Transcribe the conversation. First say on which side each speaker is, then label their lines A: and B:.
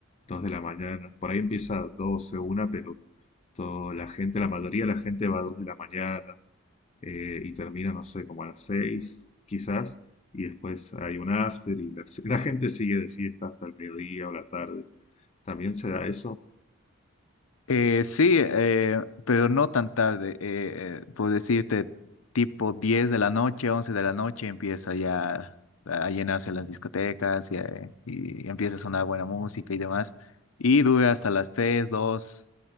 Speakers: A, on the left (about 30°); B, on the left (about 75°).
A: 2 de la mañana. Por ahí empieza doce una pero toda la gente, la mayoría de la gente va a 2 de la mañana. eh, y termina, no sé, como a las 6 quizás, y después hay un after y la, <laughs> la gente sigue de fiesta hasta el mediodía o la tarde. ¿También se da eso?
B: Eh, sí, eh, pero no tan tarde. eh, eh, por decirte, tipo 10 de la noche, 11 de la noche, empieza ya a llenarse las discotecas y, eh, y empieza a sonar buena música y demás. Y dura hasta las 3, dos